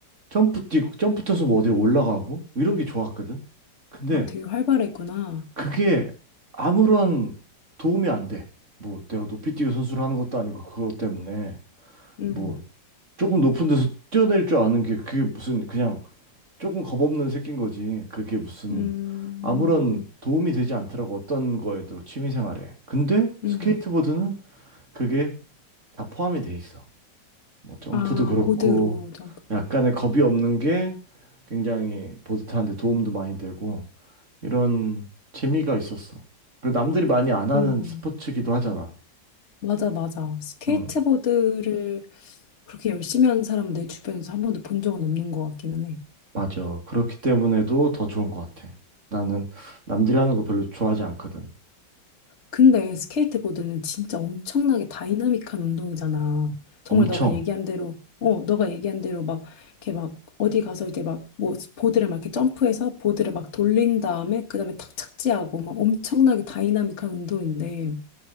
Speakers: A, on the right; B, on the left.
A: 점프 뛰고, 점프 뛰어서 뭐 어디로 올라가고, 뭐 이런 게 좋았거든. 근데
B: 아, 되게 활발했구나.
A: 그게 아무런 도움이 안 돼. 뭐 내가 높이 뛰기 선수를 하는 것도 아니고, 그것 때문에
B: 응,
A: 뭐 조금 높은 데서 뛰어낼 줄 아는 게 그게 무슨 그냥 조금 겁없는 새끼인 거지. 그게 무슨
B: 음,
A: 아무런 도움이 되지 않더라고. 어떤 거에도 취미생활에. 근데
B: 응.
A: 스케이트보드는 그게 다 포함이 돼 있어. 뭐 점프도
B: 아,
A: 그렇고
B: 보드로 점프하고.
A: 약간의 겁이 없는 게 굉장히 보드타는데 도움도 많이 되고 이런 재미가 있었어. 그리고 남들이 많이 안
B: 그러네.
A: 하는 스포츠기도 하잖아.
B: 맞아, 맞아. 스케이트보드를
A: 음,
B: 그렇게 열심히 하는 사람은 내 주변에서 한 번도 본 적은 없는 것 같기는 해.
A: 맞아. 그렇기 때문에도 더 좋은 것 같아. 나는 남들이 하는 거 별로 좋아하지 않거든.
B: 근데 스케이트보드는 진짜 엄청나게 다이나믹한 운동이잖아. 정말
A: 엄청.
B: 너가 얘기한 대로, 어, 너가 얘기한 대로 막, 이렇게 막, 어디 가서 이렇게 막, 뭐, 보드를 막 이렇게 점프해서 보드를 막 돌린 다음에, 그 다음에 탁 착지하고, 막 엄청나게 다이나믹한 운동인데,